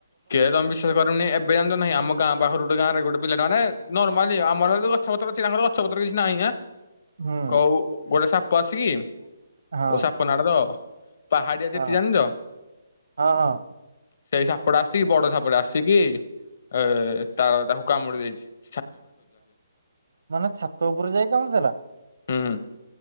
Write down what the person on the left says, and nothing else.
କେଏ ତମେ ବିଶ୍ୱାସ କରିବନି ଏବେ ନାହିଁ ଆମ ଗଁ ପାଖ ଗୋଟ ଗାଁରେ ଗୋଟେ ପିଲାଟେ ନର୍ମାଲି ଆମର ଗଛପତ୍ର ଅଛି ତାଙ୍କର ଗଛପତ୍ର କିଛି ନାହିଁ ହେ
କ ଗୋଟେ ସା କସିକି
ଓଷାପ ନାଡ ତ ପାହାଡିଆ ଚିତି
ଜାଣିଛ
। ସେଇ ସାପଟା ଆସ କିି ବଡ ସାପଟ ଆସିକି ଏ ତାର ତାକୁ କାମୁଡିଦେଇଛି ।
ହୁଁ